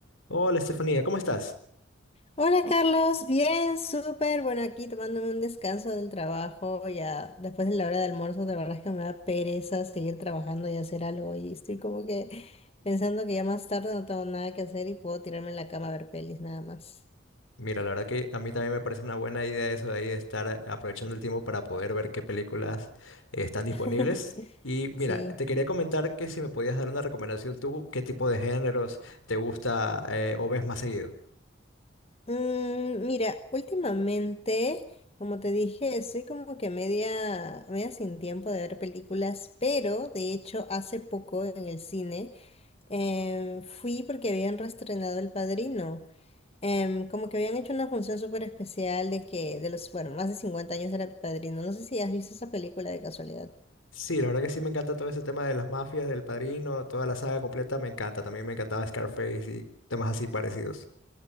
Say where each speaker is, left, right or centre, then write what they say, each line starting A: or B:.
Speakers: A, on the left; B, on the left.
A: Hola Estefanía, ¿cómo estás?
B: Hola Carlos, bien, súper. Bueno, aquí tomándome un descanso del trabajo, ya después de la hora de almuerzo, la verdad es que me da pereza seguir trabajando y hacer algo y estoy como que pensando que ya más tarde no tengo nada que hacer y puedo tirarme en la cama a ver pelis nada más.
A: Mira, la verdad que a mí también me parece una buena idea eso de ahí de estar aprovechando el tiempo para poder ver qué películas eh, están disponibles.
B: <laughs>
A: Y mira,
B: Sí.
A: te quería comentar que si me podías dar una recomendación tú, qué tipo de géneros te gusta eh, o ves más seguido.
B: Mm, mira, últimamente, como te dije, estoy como que media, media sin tiempo de ver películas, pero de hecho hace poco en el cine eh, fui porque habían reestrenado El Padrino. em, como que habían hecho una función súper especial de que, de los, bueno, más de 50 años era Padrino. No sé si has visto esa película de casualidad.
A: Sí, la verdad que sí me encanta todo ese tema de las mafias, del Padrino, toda la saga completa me encanta. También me encantaba Scarface y temas así parecidos.